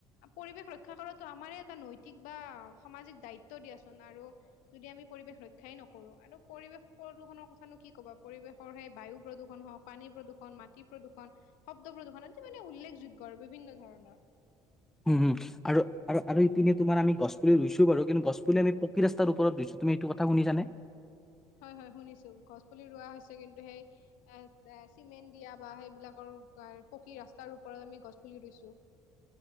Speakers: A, on the left; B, in the centre.
A: পৰিৱেশ ৰক্ষা কৰাটো আমাৰে এটা নৈতিক বা সামাজিক দায়িত্ব দিয়াচোন আৰু যদি আমি পৰিৱেশ ৰক্ষাই নকৰো আৰু পৰিৱেশ প্ৰদূষণৰ কথানো কি ক'বা। পৰিৱেশৰ সেই বায়ু প্ৰদূষণ হওক, পানী প্ৰদূষণ, মাটি প্ৰদূষণ শব্দ প্ৰদূষণ মানে উল্লেখযোগ্য আৰু বিভিন্নধৰণৰ
B: উম হুম। আৰু আৰু ইপিনে তোমাৰ আমি গছু পুলি ৰুইছো বাৰু কিন্তু গছ পুলি পকী ৰাস্তাৰ ওপৰত ৰুইছো তুমি এইটো কথা শুনিছানে?
A: হয় হয় শুনিছো গছ পুলি ৰোৱা হৈছে কিন্তু সেই এ চিমেণ্ট দিয়া বা সেইবিলাকৰ পকী ৰাস্তাৰ ওপৰত আমি গছ পুলি ৰুইছো।